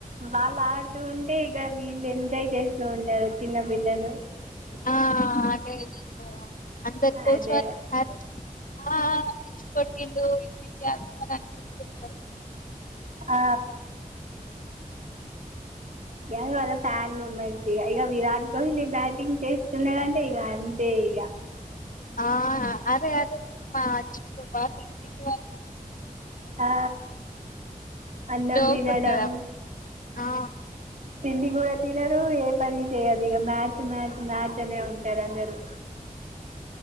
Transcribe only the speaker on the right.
వాళ్ళు ఆడుతూ ఉంటే ఇక్కడ వీళ్ళు ఎంజాయ్ చేస్తూ ఉంటారు చిన్న పిల్లలు
అదే
ఆ ఇగ వాళ్ళ ఫ్యాన్ మూమెంట్స్ ఇగ ఇగ విరాట్ కోహ్లీ బ్యాటింగ్ చేస్తున్నాడంటే ఇగ అంతే ఇగ
ఆ అన్నం
తినడం
తిండి కూడా తినరు ఏ పని చేయదు ఇగ మ్యాచ్ మ్యాచ్ మ్యాచ్ అనే ఉంటారు అందరు